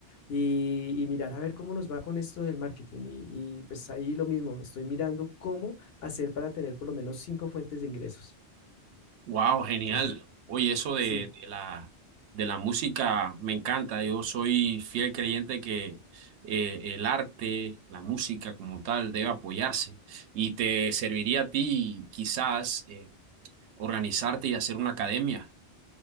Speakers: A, on the left; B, on the right.
A: y, y mirar a ver cómo nos va con esto del marketing. Y, y, pues ahí lo mismo, estoy mirando cómo hacer para tener por lo menos cinco fuentes de ingresos.
B: Wow, genial.
A: Entonces,
B: Oye, eso de,
A: sí,
B: de la, de la música me encanta. Yo soy fiel creyente que eh, el arte, la música como tal, debe apoyarse. Y te serviría a ti quizás eh, organizarte y hacer una academia.